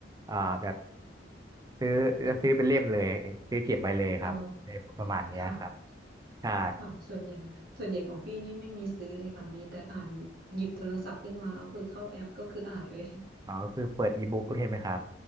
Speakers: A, on the right (about 20°); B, on the right (about 55°).
A: อ่าแบบซื้อจะซื้อเป็นเล่มเลย ซื้อเก็บไว้เลยครับ
B: อ๋อ
A: ประมาณเนี้ยครับ
B: ค่ะ
A: ใช่
B: ค่ะส่วนใหญ่ส่วนใหญ่ของพี่นี่ไม่มีซื้อเลยค่ะมีแต่อ่านหยิบโทรศัพท์ขึ้นมาก็คือเข้าแอปก็คืออ่านเลย
A: อ๋อก็คือเปิดอีบุ๊กใช่ไหมครับ